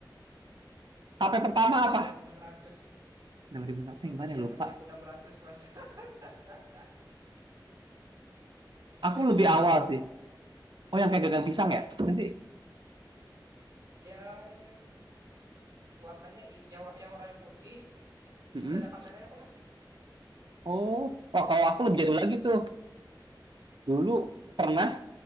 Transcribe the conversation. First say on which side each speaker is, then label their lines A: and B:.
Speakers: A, on the right; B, on the right.
A: HP pertama
B: Aku Nokia
A: apa?
B: enam enam ribu enam ratus.
A: 6500
B: Nokia
A: yang gimana ya? Lupa.
B: enam enam ribu enam ratus, Mas. <laughs> Hah?
A: Aku
B: Yang
A: lebih
B: gede
A: awal
B: banget itu.
A: sih. Oh, yang kayak gagang pisang ya? kan sih?
B: Yang warnanya i- yang wa- yang warnanya putih,
A: Mm-mm.
B: udah ada kameranya kok, Mas.
A: Oh, wah kalau aku lebih jadul lagi tuh. Dulu pernah,